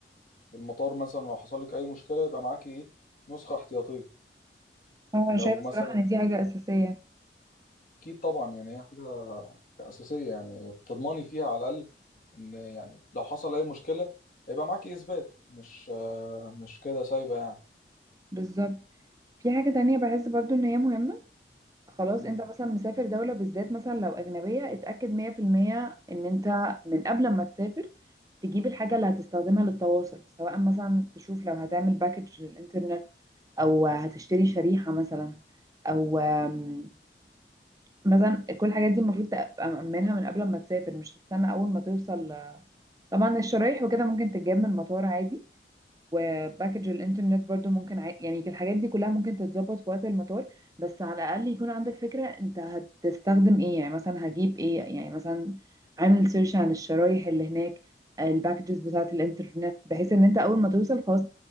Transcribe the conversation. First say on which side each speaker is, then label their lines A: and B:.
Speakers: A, on the left (about 50°); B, on the right (about 20°).
A: في المطار مثلا لو حصل لك اي مشكلة يبقى معاكي ايه نسخة احتياطية
B: انا
A: لو
B: شايفة
A: مثلا
B: صراحة ان دي حاجة اساسية
A: اكيد طبعا يعني هي حاجة أساسية يعني تضمني فيها على الأقل ان يعني لو حصل اي مشكلة هيبقى معاكي اثبات مش آه، مش كده سايبة يعني
B: وبالظبط في حاجة تانية بحس برضو ان هي مهمة خلاص
A: مم.
B: انت مثلا مسافر دولة بالذات مثلا لو اجنبية اتأكد 100% ان انت من قبل ما تسافر تجيب الحاجة اللي هتستخدمها للتواصل سواء مثلا تشوف لو هتعمل باكج للإنترنت أو هتشتري شريحة مثلا أو آم، مثلا كل الحاجات دي المفروض تبقى مأمنها من قبل ما تسافر مش تستنى أول ما توصل طبعا الشرايح وكده ممكن تتجاب من المطار عادي وباكج الانترنت برضو ممكن عا- يعني الحاجات دي كلها ممكن تتظبط في وقت المطار بس على الاقل يكون عندك فكرة انت هتستخدم ايه يعني مثلا هجيب ايه يعني مثلا عامل سيرش عن الشرايح اللي هناك آه، الباكجز بتاعة الانترنت بحيث ان انت اول ما توصل خلاص